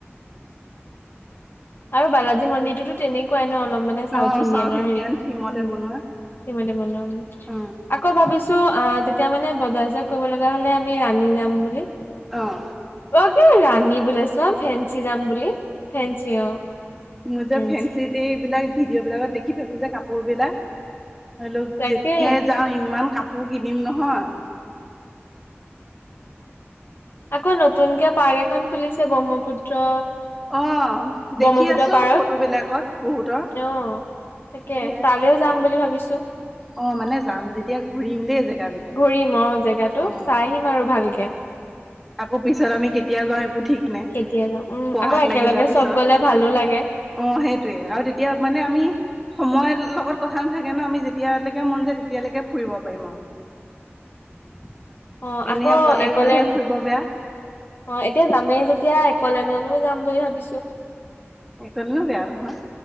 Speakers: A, on the left; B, in the centre.
A: আৰু বালাজী মন্দিৰটোতো তেনেকুৱাই ন অলপ মানে চাউথ
B: অ',
A: ইডিয়ানৰ হেৰি
B: ইণ্ডিয়ান থিমতে
A: উম
B: বনোৱা,
A: <unintelligible> বনোৱা
B: উম,
A: আকৌ ভাবিছো অ', তেতিয়া মানে বজাৰ চজাক কৰিব লগা হ'লে আমি ৰাণী যাম বুলি
B: অ'।
A: অ', কি ৰাণী বুলি চোৱা অ', ফেঞ্চি যাম বুলি ফেঞ্চি অ',
B: মই যে
A: ফেঞ্চি
B: ফেঞ্চিতে এইবিলাক ভিডিঅ বিলাকত দেখি থাকো যে কাপোৰ বিলাক ধৰি লওক
A: তাকে
B: যেতিয়াই যাও ইমান কাপ পোৰ কিনিম নহয়
A: আকৌ নতুনকে পাৰ্ক এখন খুলিছে ব্ৰহ্মপুত্ৰ
B: অ
A: ব্ৰহ্মপুত্ৰ
B: দেখি আছো
A: পাৰত
B: ফটো বিলাকত বহুতৰ
A: অ', তাকে
B: কিন্তু সেয়া
A: তালৈও যাম বুলি ভাবিছো
B: অ মানে যাম যেতিয়া ঘূৰিম দেই জেগাবিলাক
A: ঘূৰিম অ জেগাটো
B: অ
A: চাই আহিম আৰু ভালকে
B: আকৌ পিছত
A: উম,
B: আমি কেতিয়া যাওঁ একো ঠিক নাই
A: কেতিয়া যাওঁ উম
B: পঢ়াত
A: আকৌ একেলগে
B: লাগি যোৱাৰ পিছত
A: চব গলে ভালো লাগে
B: অ সেইটয়ে আৰু তেতিয়া মানে আমি সময় লগত কথা নাথাকে ন আমি যেতিয়ালৈকে মন যায় তেতিয়ালৈকে ফুৰিব পাৰিম আৰু
A: অ
B: এনেই
A: আকৌ
B: অকলে
A: একলেন
B: গ'লেহে ফুৰিব বেয়া
A: অ এতিয়া যামেই যেতিয়া একলেনলৈও যাম বুলি ভাবিছো
B: একলেনো বেয়া নহয়